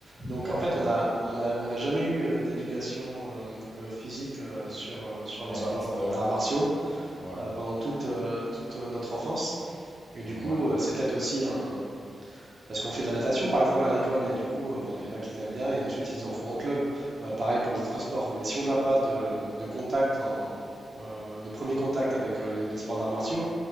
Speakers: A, on the right (about 45°); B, in the centre.
A: Donc
B: Ouais.
A: en fait on a on a on n'a jamais eu euh, d'éducation euh, euh, physique euh, sur euh, sur les
B: Envers
A: sports
B: ce sport-là.
A: euh, d'arts martiaux
B: Ouais.
A: euh, pendant toute euh, toute euh, notre enfance et
B: Mm,
A: du coup
B: Ouais.
A: euh, c'est peut-être aussi un parce qu'on fait de la natation, par exemple, à l'école, et du coup, euh, bon, il y en a qui aiment bien, et ensuite ils en font en club. Euh, pareil pour les autres sports. Mais si on n'a pas de, de contact, en- euh, de premier contact avec euh, les, les sports d'arts martiaux,